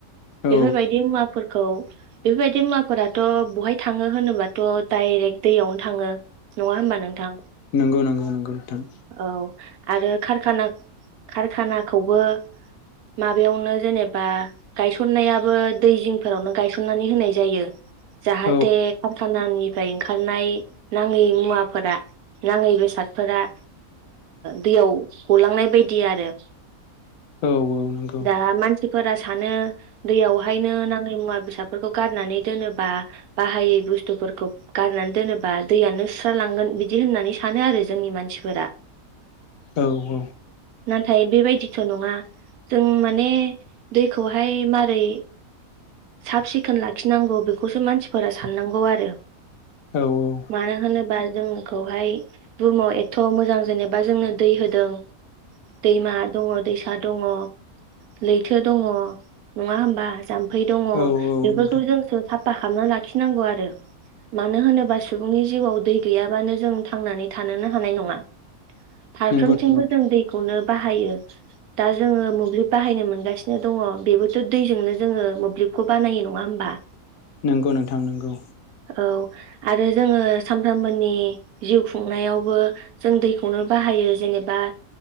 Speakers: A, on the right; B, on the left.
A: बेफोरबायदि
B: औ
A: मुवाफोरखौ बेफोरबायदि मुवाफोराथ' बहाय थाङो होनोबाथ' दाय डिरेक् दैयावनो थाङो नङा होमबा नोंथां
B: नंगौ नंगौ नंगौ नोंथां
A: औ आरो कारखाना कारखानाखौबो माबायावनो जेनेबा गायसननायाबो दै जिंफोरावनो गायसननानै होनाय जायो। जाहाथे
B: औ
A: कारखानानिफ्राय ओंखारनाय नाङै मुवाफोरा नाङैबो सादफोराओ दैयाव गलांनाय बायदि आरो
B: औ औ नंगौ
A: दा मानसि फोर सानो दैयावहायनो नाङै मुवा बेसादफोरखौ गारनानै दोनोब बाहायै बुस्थुफोरखौ गारनानै दोनोबा दैयानो सुस्रा लांगोन बिदि होननानै सानो आरो जोंनि मानसिफोरा
B: औ औ
A: नाथाय बेबायदिथ' नङा जों माने दैखौहाय मारै साब सिखोन लाखिनांगौ बेखौसो मानसिफोरा साननांगौ आरो
B: औ औ
A: मानो होनोबा जोंखौहाय बुहुमाव एथ' मोजां जेनेबा जोंनो दै होदों दैमा दङ दैसा दङ । लैथो दङ नङा होमबा जाम्फै दङ
B: औ औ
A: बेफोरखौ
B: नोंथां
A: जोंसो साफा खालामना लाखिनांगौ आरो मानो होनोबा सुबुंनि जिउआव दै गैयाबानो जों थांनानै थानोनो हानाय नङा फारफ्रोमथिंबो
B: नंगौ नंगौ
A: जों दैखौनो बाहायो। दा जोङो मोब्लिब बाहायनो मोनगासिनो दङ बेबोथ' दैजोंनो जोङो मोब्लिबखौ बानायो नङा होमबा?
B: नंगौ नोंथां नंगौ।
A: औ आरो जोङो सामफ्रामबोनि जिउ खुं खुंयावबो जों दैखौनो बाहायो जेनेबा